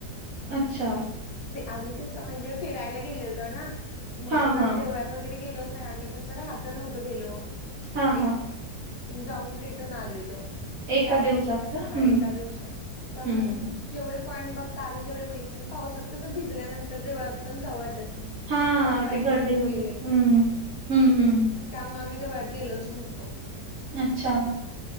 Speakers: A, on the right; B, on the left.
A: अच्छा
B: आम्ही कसं म्हणजे फिरायला गेलेलो ना मग
A: हा, हा.
B: देवळात वगैरे गेलोच नाही आम्ही कसं रहात नव्हतं गेलो
A: हा, हा.
B: एक जाऊन रिटर्न आलेलो मण
A: एका
B: त्यामु
A: दिवसात का?
B: हा
A: हं,
B: एका दिवसात त्यामुळे
A: हं.
B: जेवढे पॉइन्ट बघता आले तेवढे बघितले आणि पावसात कसं भिजल्यानंतर देवळात पण जाऊ वाटत
A: हां,
B: आम्ही
A: ते
B: बाईक
A: गर्दी
B: वरून
A: वगैरे.
B: गेलेलो
A: हं. हं, हं.
B: त्यामुळे आम्ही देवळात गेलोच नव्हतो
A: अच्छा